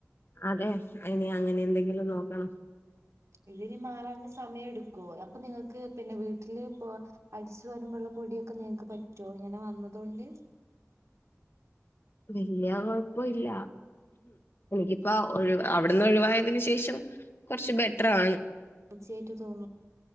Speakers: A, on the left (about 50°); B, on the right (about 70°).
A: അതെ ഇനി അങ്ങനെ എന്തെങ്കിലും നോക്കണം.
B: ഇതിനി മാറാൻ സമയം എടുക്കുവൊ അപ്പൊ നിങ്ങക്ക് പിന്നെ വീട്ടില് പ്പൊ അടിച്ചു വരുമ്പള്ള പൊടിയൊക്കെ നിങ്ങക്ക് പറ്റൊ ഇങ്ങനെ വന്നതുകൊണ്ട്
A: വല്യ കൊഴപ്പൊ ഇല്ല എനിക്കിപ്പൊ ഒഴി അവിടുന്ന് ഒഴിവായതിനന് ശേഷം കൊറച്ച് ബെട്ട്റാണ്.
B: തീർച്ചയായിട്ട് തോന്നു